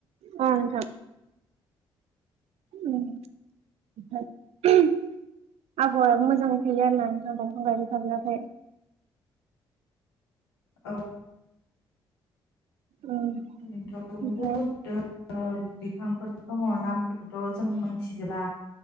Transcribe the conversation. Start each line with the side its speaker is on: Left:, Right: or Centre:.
Right: ओ नोंथां। ओम। आबहावाया मोजाङै थायो आरो ना नोंथां दंफां गायबाय थाब्लाथाय।
Left: औ
Right: उम
Left: ओरैनोथ'
Right: ओमफ्राय
Left: बहुद ओ बिफांफोर दङ नामफोरखौथ' जों मोनथिजोबला।